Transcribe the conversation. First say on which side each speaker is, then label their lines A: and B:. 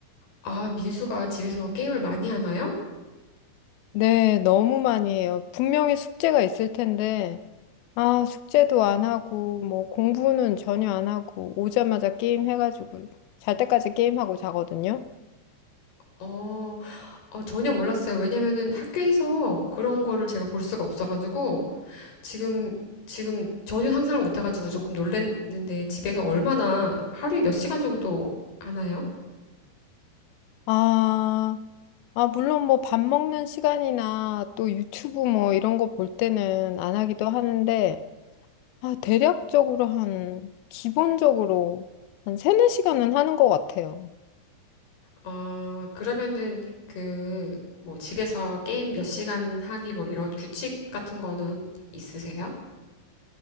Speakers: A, on the left; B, on the left.
A: 아, 민수가 집에서 게임을 많이 하나요?
B: 네, 너무 많이 해요. 분명히 숙제가 있을 텐데, 아, 숙제도 안 하고, 뭐, 공부는 전혀 안 하고, 오자마자 게임 해가지고, 잘 때까지 게임하고 자거든요.
A: 어, 어, 전혀 몰랐어요. 왜냐면은 학교에서 그런 거를 제가 볼 수가 없어가지고 지금 지금 전혀 상상을 못해가지고 조금 놀랐는데 집에서 얼마나 하루에 몇 시간 정도 하나요?
B: 아, 아, 물론 뭐 밥 먹는 시간이나 또 유튜브 뭐 이런 거 볼 때는 안 하기도 하는데, 아, 대략적으로 한, 기본적으로 한 세네 시간은 하는 것 같아요.
A: 어, 그러면은 그 뭐 집에서 게임 몇 시간 하기 뭐 이런 규칙 같은 거는 있으세요?